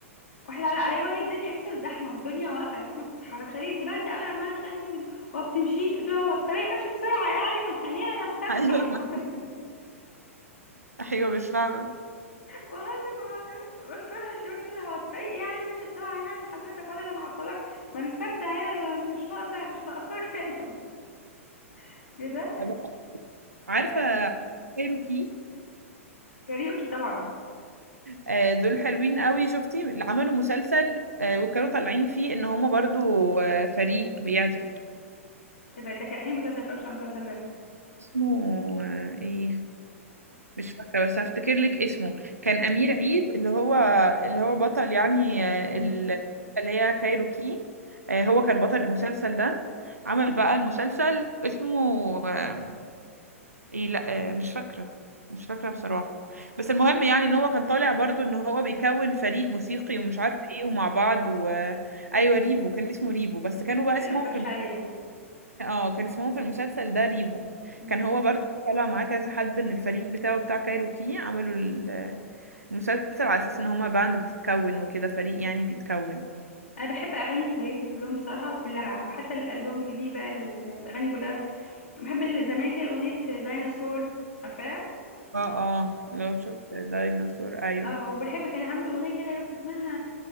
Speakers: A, on the left; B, on the right.
A: واحد علق عليا وهي الدنيا اساسا زحمه والدنيا واقفه اساسا ما بتتحركش قال لي انت بارده قوي عماله تغني وما بتمشيش قلت له هو الطريق ماشي بسرعه يعني ما خلينا نستمتع
B: <laughs> ايوه
A: <laughs>
B: ايوه مش فاهمه
A: والله انا ما اعرف رحت بقول للشباب قلت لها هو الطريق يعني ماشي بسرعه يعني حضرتك ولا اللي معطلك ما نستمتع يعني ولا مش ناقصه مش ناقصاك هي <laughs> كده
B: طب عارفه
A: آه
B: كايروكي
A: كاريوكي طبعا
B: آه، دول حلوين قوي شفتي اللي عملوا مسلسل آه، وكانوا طالعين فيه ان هما برضو آه، فريق بيعزف
A: تبقى ده كان اي مسلسل اتفرجش على المسلسل ده
B: اسمه آه، ايه مش فاكرة بس هفتكر لك اسمه كان أمير عيد اللي هو اللي هو بطل يعني آه،
A: امم
B: ال- اللي هي كايروكي آه، هو كان بطل المسلسل ده عمل بقى المسلسل اسمه آه، ايه لا آه، مش فاكرة مش فاكرة بصراحة بس المهم يعني ان هو كان طالع برضو ان هو بيكون فريق موسيقي ومش عارفة ايه ومع بعض و... ايوه ريفو كان اسمه ريفو بس كانوا بقى
A: تقريبا
B: اسمهم
A: ما اتفرجش
B: في الم...
A: عليه
B: اه كان اسمهم في المسلسل ده ريفو
A: مم.
B: كان هو برضو طلع معاه كذا حد من الفريق بتاعه بتاع كايروكي عملوا ال... المسلسل على اساس ان هما باند بتتكون وكده فريق يعني بيتكون
A: انا بحب اغاني كاريوكي كلهم بصراحه كلها وحتى الالبوم الجديد بقى ال- الاغاني كلها بحب ال- زمان كده اغنيه ديناصور عارفاها
B: اه اه لو شفت ديناصور ايوه
A: اه وبحب كان عامل اغنيه كده يا رب اسمها